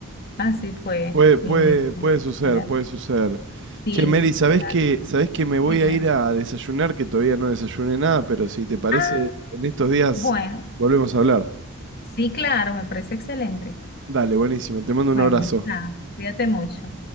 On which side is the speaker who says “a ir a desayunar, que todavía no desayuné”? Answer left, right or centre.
Right